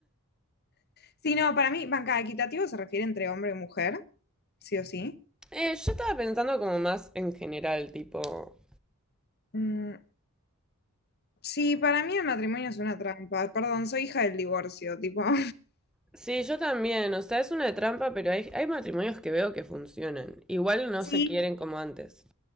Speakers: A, on the left; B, in the centre.
A: Sí, no, para mí, banca, equitativo se refiere entre hombre y mujer, sí o sí.
B: Eh, yo estaba pensando como más en general, tipo...
A: Mm, sí, para mí el matrimonio es una trampa. Perdón, soy hija del divorcio, tipo. <laughs>
B: Sí, yo también, o sea, es una trampa, pero hay, hay matrimonios que veo que funcionan. Igual no
A: Sí,
B: se quieren como antes.